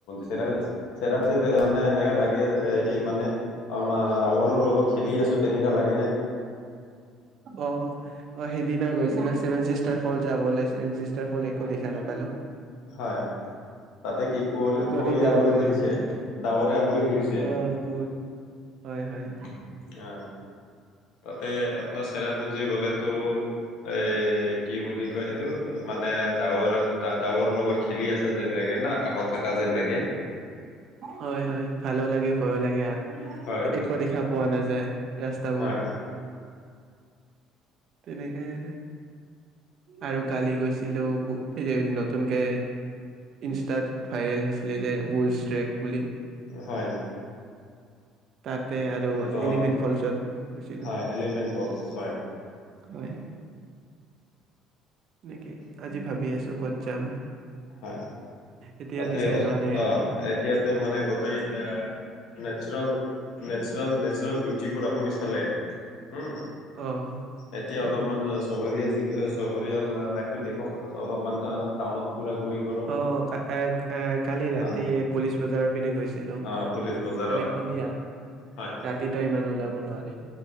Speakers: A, on the left; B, on the right.
A: শজে চেৰাফজিত
B: অ
A: মানে এনো লাগে এই মানে আমাৰ গাৱৰৰ লগত খেলি আছো তেনেকা লাগ
B: অ সেইদিনা গৈছিলা চেভেন চিষ্টাৰ ফল যাব ওলাইছে টাৰ ফল একো দেখা নাপালো
A: হয় তাতে কি কুঁৱলী কুঁৱলী
B: গোটেই ডাৱৰে
A: আৱৰি ধৰিছে ডাৱৰে আৱৰি ধৰিছে
B: আহ কু হয় হয়।
A: আহ তাতে আপোনাৰ চেৰাপুঞ্জী গ'লেতো
B: তেনেকে
A: এ কি বুলি কয় সেইটো মানে ডাৱৰ ডাৱৰ লগত খেলি আছে যেন লাগে না আকাশত থকা যেন লাগে
B: হয় হয় ভালো লাগে ভয়ো লাগে
A: হয়
B: একো দেখা পোৱা নাযায়। ৰাস্তাবোৰ
A: হয়
B: তেনেকেই আৰু কালি গৈছিলোঁ নতুনকে ইনষ্টাত ভাইৰেল হৈছিলে যে বুল ষ্টেক বুলি।
A: হয়
B: তাতে আৰু
A: ত
B: এলিফেন্ট ফলচত গৈছিলো।
A: হয় এলিভেন বলছ হয়
B: হয় নেকি আজি ভাবি আছো ক'ত যাম।
A: হয়,
B: এতিয়াও
A: তাতে
B: ডিচাইড
A: অ-অ,
B: হোৱা নাই আৰু
A: এতিয়াতো মানে গোটেই এ নেছোৰেল-নেছোৰেল-নেছোৰেল, বিউটিৰ পৰা আপুনি চালে? হম,
B: অ
A: এতিয়া
B: হয়
A: অলপমান চহৰীয়া যি এ চহৰীয়াাল লাইফটো দেখাউক অলপমান টাউনত ঘূৰা ঘূৰি কৰক
B: আহ এ-এ কালি ৰাতি
A: হা
B: পুলিচ বজাৰৰ পিনে গৈছিলো
A: অ পুলিচ বজাৰত
B: মানে সন্ধিয়া
A: হয়
B: ৰাতিটো ইমান ওলাব নোৱাৰি